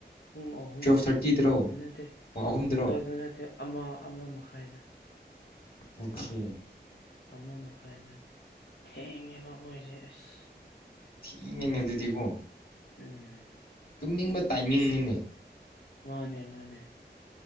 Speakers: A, on the left; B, on the left.
A: ꯄꯨꯡ ꯑꯍꯨꯝ
B: ꯇꯨꯌꯦꯜꯐ ꯊꯥꯔꯇꯤꯗꯔꯣ
A: ꯍꯥꯏ ꯅꯠꯇꯦ
B: ꯑꯣ ꯑꯍꯨꯝꯗꯔꯣ
A: ꯇꯨꯋꯜꯇ ꯅꯠꯇꯦ ꯑꯃꯥ ꯑꯃꯥ ꯃꯈꯥꯏꯗ
B: <unintelligible>
A: ꯑꯃꯥ ꯃꯈꯥꯏꯗ ꯊꯦꯡꯉꯦꯕ ꯃꯣꯏꯖ‌ꯦ ꯑꯁ
B: ꯊ‌ꯦꯡꯉꯤꯅ‌ꯦ ꯑꯗꯨꯗꯤꯀꯣ
A: ꯎꯝ
B: ꯇꯨꯝꯅꯤꯡꯕ ꯇꯥꯏꯃꯤꯡꯅꯤꯅꯦ
A: ꯃꯥꯅꯦ ꯃꯥꯅꯦ